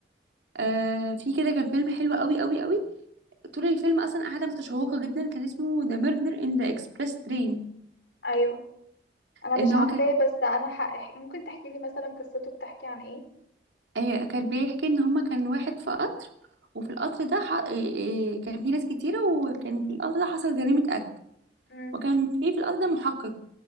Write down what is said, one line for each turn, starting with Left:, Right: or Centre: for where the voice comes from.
Right: آه في كده كان فيلم حلو قوي قوي قوي طول الفيلم اصلا قاعده متشوقه جدا كان اسمه ذا ميردر ان ذا اكسبريس ترين
Left: ايوه انا
Right: ان
Left: مش
Right: هو
Left: عارفاه
Right: كان
Left: بس انا ح... ممكن تحكي لي مثلا قصته بتحكي عن ايه
Right: آه كان بيحكي ان هما كان واحد في قطر وفي القطر ده ح... آه، آه، كان في ناس كتيره وكان في القطر ده حصل جريمه قتل
Left: امم
Right: وكان في في القطر ده محقق